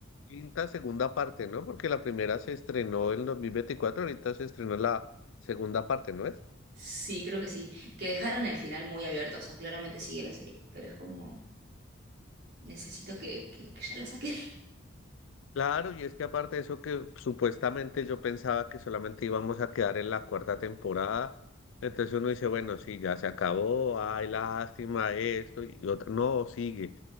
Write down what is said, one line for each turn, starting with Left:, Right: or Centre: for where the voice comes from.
Left: quinta, segunda parte, ¿no? Porque la primera se estrenó en dos mil veinticuatro ahorita se estrenó la segunda parte, ¿no es?
Right: Sí, creo que sí, que dejaron el final muy abierto, o sea, claramente sigue la serie, pero es como, necesito que, que, que ya la saquen.
Left: Claro, y es que aparte de eso que supuestamente yo pensaba que solamente íbamos a quedar en la cuarta temporada, entonces uno dice, bueno, sí, ya se acabó, ay, lástima esto, y otra, no, sigue.